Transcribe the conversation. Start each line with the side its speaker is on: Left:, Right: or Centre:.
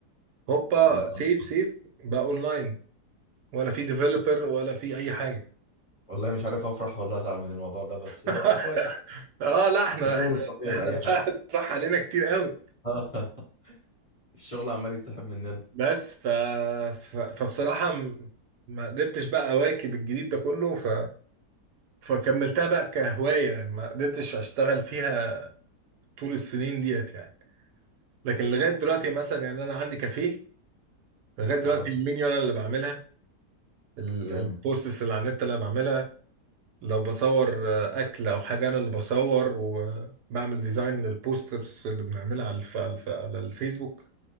Right: هوبا
Left: <laughs> بيتظبط.
Right: سيف سيف بقى اونلاين ولا في ديفلوبر ولا في اي حاجه
Left: والله مش عارف افرح ولا ازعل من الموضوع ده بس
Right: <laughs>
Left: آه، كويس
Right: اه لا احنا
Left: التطور
Right: احنا
Left: الطبيعي
Right: احنا
Left: لاي
Right: اتراح
Left: حاجه
Right: علينا كتير قوي
Left: <laughs> الشغل عمال يتسحب مننا
Right: بس ف... ف... فبصراحه م- ما قدرتش بقى اواكب الجديد ده كله ف... فكملتها بقى كهوايه ما قدرتش اشتغل فيها طول السنين ديت يعني لكن لغايه دلوقتي مثلا يعني انا عندي كافيه لغايه دلوقتي
Left: اه
Right: المنيو انا اللي بعملها ال-
Left: جامد
Right: البوستس اللي على النت انا بعملها لو بصور آه، اكل او حاجه انا اللي بصور وبعمل ديزاين للبوسترز اللي بنعملها على الف... على الف... على الفيسبوك